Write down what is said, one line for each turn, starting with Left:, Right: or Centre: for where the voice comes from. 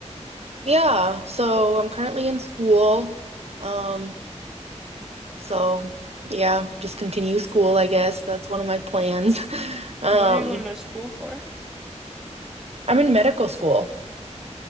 Right: yeah, so I'm currently in school. Um, so yeah, just continue school, I guess. That's one of my plans. <laughs> Um,
Centre: What are you going to school for?
Right: I'm in medical school.